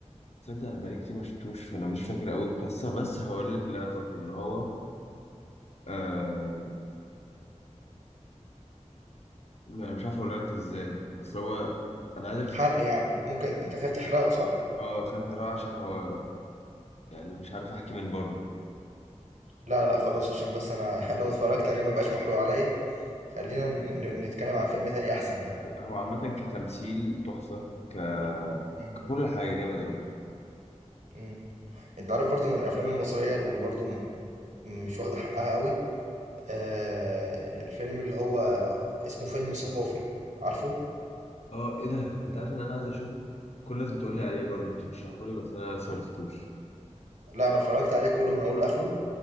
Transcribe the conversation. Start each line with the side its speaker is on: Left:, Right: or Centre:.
Left: تصدق انا بقالي كتير ما شفتوش فانا مش فاكر قوي القصه بس هقول لك اللي انا فاكره ان هو آه انا مش عارف اقول لك ازاي اصل هو انا عايزك تت...
Right: حرق يعني ممكن انت خايف تحرقه صح
Left: اه خايف احرقه عشان هو يعني مش عارف احكي من بره
Right: لا لا خلاص عشان بس انا <laughs> لو اتفرجت عليه ما يبقاش محروق عليا خلينا ن- ن- نتكلم عن فيلم تاني احسن يعني
Left: هو عامه كتمثيل تحفه ك...
Right: مم.
Left: ككل حاجه جامد قوي
Right: امم انت عارف برضو من الافلام المصريه اللي برضو م- مش واخده حقها قوي آه الفيلم اللي هو اسمه فيلم ثقافي عارفه
Left: اه ايه ده انت عارف ان انا عايز اشوفه كل الناس بتقول لي عليه برضه بترشحه لي بس انا لسه ما شفتوش
Right: لا انا اتفرجت عليه كله من اوله لاخره